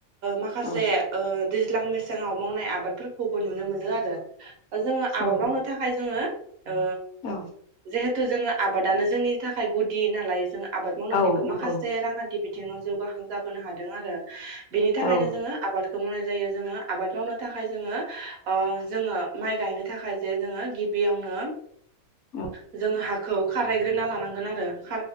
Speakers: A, on the right (about 75°); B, on the left (about 60°).
A: माखासे
B: औ
A: ओ दैज्लां मेसेङाव मावनाय आबादफोरखौबो नुनो मोनो आरो। जोङो
B: औ
A: आबाद मावनो थाखाय जोङो। ओ
B: औ
A: जिहे हेतु जोङो आबादानो जोंनि थाखाय गुदि नालाय जों । आबाद मावनानैबो
B: औ नंगौ
A: माखासे रांखान्थि बिथिङाव जौगाखां जाबोनो हादों आरो । बिनि थाखायनो
B: औ
A: जोङो आबाद । बेखौ मावनाय जायो जोङो आबाद मावनो थाखाय जोङो अ जोङो । माइ गायनो थाखाय जे जोङो गिबियावनो
B: औ
A: । जों हा खौ खारायग्रोना लानांगोन आरो ।